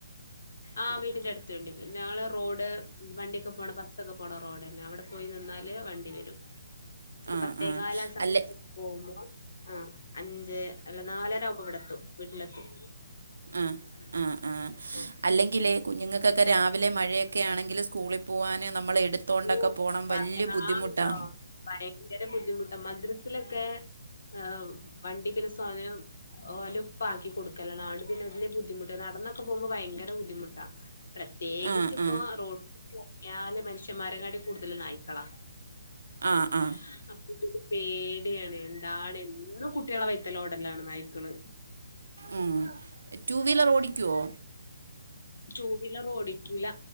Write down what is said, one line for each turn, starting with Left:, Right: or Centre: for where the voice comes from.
Left: ആഹ് വീടിന്റെ അടുത്ത് വണ്ടി വരും ഞങ്ങളെ റോഡ് വണ്ടിയൊക്കെ പോണ ബസ്സൊക്കെ പോണ റോഡന്നെ അവിടെ പോയി നിന്നാല് വണ്ടി വരും ഒരു
Right: ആഹ്
Left: പത്തേകാല്
Right: ആഹ്
Left: ആ സമയത്തൊക്കെ
Right: അല്ലെ
Left: പോകുമ്പോ ആ അഞ്ച് അല്ല നാലര ആവുമ്പോ ഇവിടെ എത്തും വീട്ടിലെത്തും
Right: ആഹ് ആഹ് ആഹ്
Left: ഉം.
Right: അല്ലെങ്കിലേ കുഞ്ഞുങ്ങൾക്കൊക്കെ രാവിലെ മഴയൊക്കെ ആണെങ്കില് സ്കൂളിൽ പോകാന് നമ്മൾ എടുത്തോണ്ടൊക്കെ
Left: ഓ
Right: പോണം
Left: പറയാണ്ടോ
Right: വല്ല്യ ബുദ്ധിമുട്ടാ
Left: ഭയങ്കര ബുദ്ധിമുട്ടാ മദ്രസിലൊക്കെ ഏഹ് വണ്ടി പിന്നെ സ്വാധനം ഓന്റാപ്പാക്കി കൊടുക്കലാണ് ആണ്ട് പിന്നെ അതിന്റെ ബുദ്ധിമുട്ട് നടന്നൊക്കെ പോകുമ്പോ ഭയങ്കര ബുദ്ധിമുട്ടാ പ്രത്യേകിച്ച്
Right: ആ
Left: ഇപ്പം
Right: ആ
Left: റോട്ടില് ഇറങ്ങിയാല് മനുഷ്യന്മാരെങ്ങാണ്ടിം കൂടുതല് നായിക്കളാ
Right: ആ
Left: <unintelligible>
Right: ആ
Left: പേടിയാണ് എന്താണ് എന്നും കുട്ട്യാളെ വൈത്തലോടലാണ് നായ്ക്കള്
Right: ആഹ് ടു വീലർ ഓടിക്കുവോ
Left: ടൂവിലർ ഓടിക്കൂല